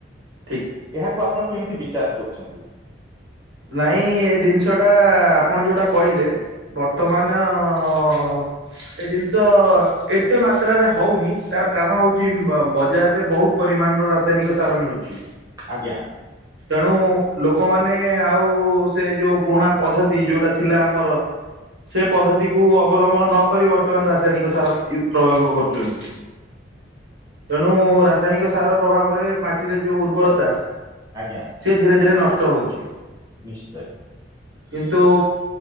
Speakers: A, on the right; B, on the right.
A: ଠିକ
B: ଏହାକୁ ଆପଣ କେମିତି ବିଚାର କରୁଚନ୍ତି?
A: ନାଇଁ ଏଦିନିଷଟା ଆପଣ ଯୋଉଟା କହିଲେ ବର୍ତ୍ତମାନ
B: ଆଜ୍ଞା
A: ହଁ ଏ ଜିନିଷ ଏତେ ମାତ୍ରାରେ ହଉନି ତାର କାରଣ ହଉଛି ବଜାରରେ ବହୁତ ପରିମାଣର ରାସାୟନିକ ସାର ମିଳୁଛି।
B: ଆଜ୍ଞା।
A: ତେଣୁ ଲୋକମାନେ ଆଉ ସେ ଯୋଉ ପୁରୁଣା ପଦ୍ଧତି ଯୋଉଟା ଥିଲା ଆମର ସେ ପଦ୍ଧତିକୁ ଅବଲମ୍ବନ ନ କରି ବର୍ତ୍ତମାନ ରାସାୟନିକ ସାର-ୟୁ ପ୍ରୟୋଗ କରୁଛନ୍ତି। ତେଣୁ ରାସାୟନିକ ସାର ପ୍ରଭାବରେ ମାଟିରେ ଯୋଉ ଉର୍ବରତା
B: ଆଜ୍ଞା।
A: ସେି ଧୀରେ ଧୀରେ ନଷ୍ଟ ହଉଛି।
B: ନିଶ୍ଚୟ।
A: କିନ୍ତୁ